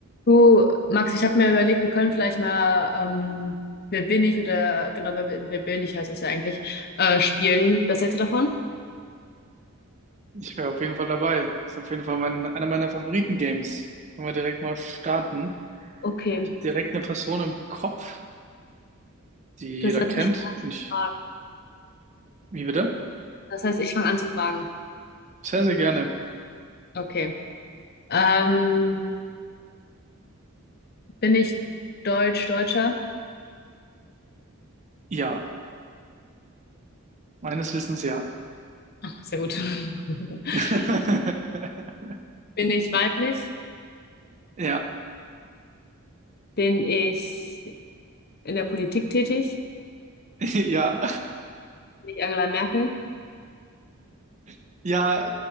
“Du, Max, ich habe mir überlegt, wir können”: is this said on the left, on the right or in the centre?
Left